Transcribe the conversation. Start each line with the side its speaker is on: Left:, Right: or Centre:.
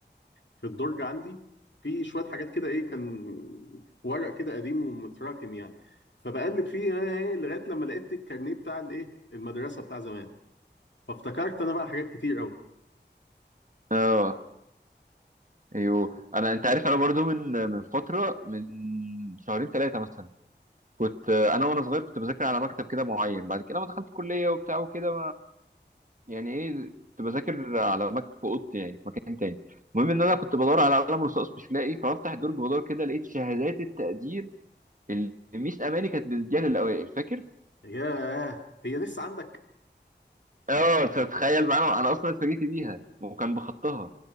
Left: في الدرج عندي في شويه حاجات كده ايه كان ورق كده قديم ومتراكم يعني فبقلب فيه آه، إيه، لغايه لما لقيت الكارنيه بتاع الايه المدرسه بتاع زمان فافتكرت انا بقى حاجات كتير قوي
Right: آه أيوه أنا أنت عارف أنا برضو من من فترة من شهرين ثلاثة مثلا كنت أنا وأنا صغير كنت بذاكر على مكتب كده معين بعد كده لما دخلت كلية وبتاع وكده يعني ايه كنت بذاكر على مكتب في اوضتي يعني في مكان تاني المهم ان انا كنت بدور على قلم رصاص مش لاقي فبفتح الدرج بدور كده لقيت شهادات التقدير اللي ميس اماني كانت بتديها للاوائل فاكر
Left: ياه هي لسه عندك
Right: اه تتخيل معانا انا اصلا اتفاجئت بيها وكان بخطها